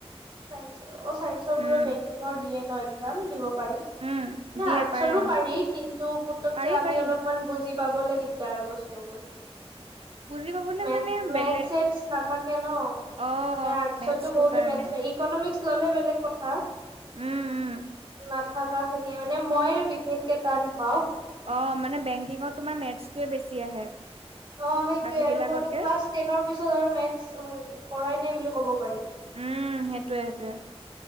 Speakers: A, on the right; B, on the right.
A: চায়েন্সৰ অ চাইন্সৰ
B: উম
A: বোৰৰ বেংকিঙৰ দিয়ে ন এক্জাম দিব পাৰি।
B: উম
A: না
B: দিয়ে
A: আৰ্টছৰো
B: পাৰে অ
A: পাৰি কিন্তু পুতককে
B: পাৰি
A: আমি
B: পাৰি
A: অলপমান বুজিপ পাবলে দিগদাৰ বস্তুবোৰ।
B: বুজি পাবলে
A: মেথ
B: মানে
A: মেথ
B: বেলেগ
A: চেথছ নাথাকে ন।
B: অ',
A: মানে আতছতো
B: মেথছটো
A: বহুত
B: কাৰণে
A: মেতচ এই ইকনমিক্স ললে বেলেগ কথা
B: উম, উম।
A: নাথাকাখিনি মানে ময় বিশেষকে টান পাও।
B: অঁ মানে বেংকিঙত তোমাৰ মেথছটোৱে বেছি আহে।
A: অঁ সেইটোৱে
B: বাকী
A: আৰু
B: বিলাকতকে।
A: ময়টো ক্লাছ টেনৰ পিছত আৰু মেটথ কৰাই নাই বুলি কব পাৰি।
B: উম সেইটোয়ে সেইটোয়ে।